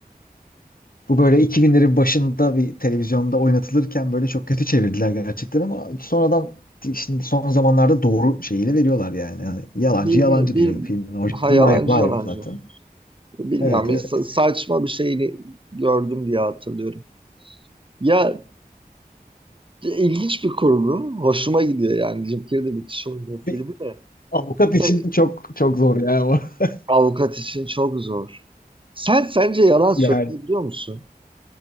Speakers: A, on the left; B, on the right.
A: bu böyle 2000'lerin başında bir televizyonda oynatılırken böyle çok kötü çevirdiler gerçekten ama sonradan şimdi son zamanlarda doğru şeyiyle veriyorlar yani. Yani yalancı
B: Bir,
A: yalancı
B: bir, bir,
A: diyor filmin orijinali.
B: ha yalancı
A: Liar
B: yalancı.
A: liar zaten.
B: Bilmiyorum,
A: Evet
B: bir
A: evet.
B: sa- saçma bir şeyini gördüm diye hatırlıyorum. Ya ilginç bir kurgu. Hoşuma gidiyor yani. Jim Carrey de müthiş oynuyor
A: Bir
B: filmi de.
A: avukat için
B: Şey,
A: çok çok zor ya o. <laughs>
B: Avukat için çok zor. Sen sence yalan
A: Yani
B: söyleyebiliyor musun?